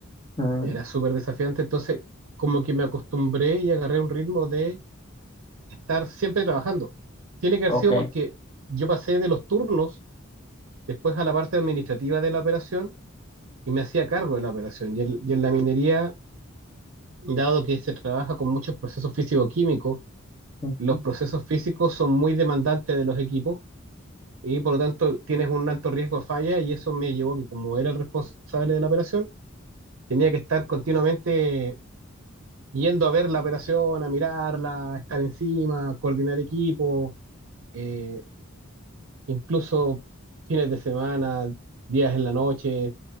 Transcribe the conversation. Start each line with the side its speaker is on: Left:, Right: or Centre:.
Left: mm,
Right: era súper desafiante, entonces como que me acostumbré y agarré un ritmo de estar siempre trabajando. Tiene que
Left: ok.
Right: haber sido porque yo pasé de los turnos después a la parte administrativa de la operación y me hacía cargo de la operación. Y en, y en la minería, dado que se trabaja con muchos procesos físico-químicos,
Left: Mm,
Right: los procesos físicos son muy demandantes de los equipos y por lo tanto tienes un alto riesgo de falla y eso me llevó a que como era el responsable de la operación, tenía que estar continuamente yendo a ver la operación, a mirarla, a estar encima, coordinar equipo, eh, incluso fines de semana, días en la noche,